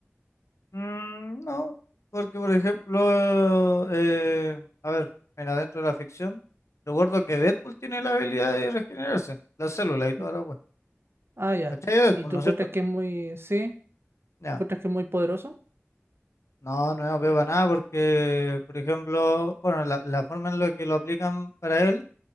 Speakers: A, on the left; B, on the right.
A: Mm, no, porque por ejemplo, eh, a ver, mira, dentro de la ficción, recuerdo que Deadpool tiene la habilidad de regenerarse, las células y toda
B: Mm.
A: la wea.
B: Ah, ya.
A: ¿Cachai? de Deadpool,
B: ¿Y tú
A: ¿no
B: encuentras
A: es cierto?
B: que es muy, sí?
A: Ya.
B: ¿Encuentras que es muy poderoso?
A: No, no es OP para nada porque, por ejemplo, bueno, la, la forma en la que lo aplican para él